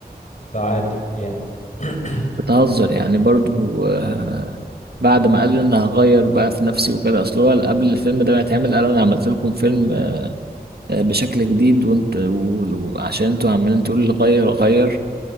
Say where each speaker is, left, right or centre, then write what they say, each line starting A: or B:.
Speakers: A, on the left (about 45°); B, on the right (about 75°).
A: فعادي يعني <coughs>
B: بتهزر يعني برضو آه، بعد ما قال انا هغير بقى في نفسي وكده اصل هو قبل الفيلم ده ما يتعمل قال انا عملت لكم فيلم آه، بشكل جديد وانت و- وعشان انتوا عمالين تقولوا لي غير غير